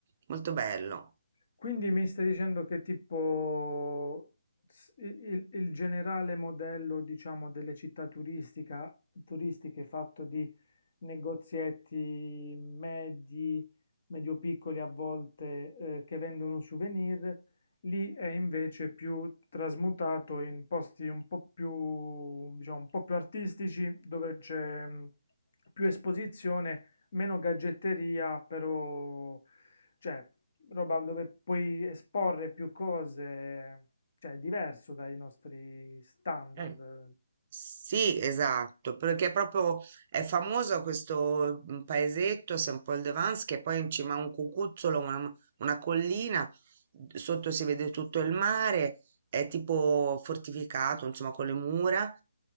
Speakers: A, on the right (about 35°); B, on the left (about 50°).
A: molto bello.
B: Quindi mi stai dicendo che tipo s- il, il generale modello, diciamo, delle città turistica, turistiche fatto di negozietti medi, medio-piccoli a volte, eh, che vendono souvenir, lì è invece più trasmutato in posti un po' più, diciamo, un po' più artistici, dove c'è mh, più esposizione, meno gadgetteria, però... Cioè, roba dove puoi esporre più cose, cioè è diverso dai nostri standard.
A: Eh, Sì, esatto, perché proprio è famoso questo mm, paesetto, Saint Paul de Vence, che poi in cima a un cucuzzolo, una, una collina, d- sotto si vede tutto il mare, è tipo fortificato, insomma, con le mura,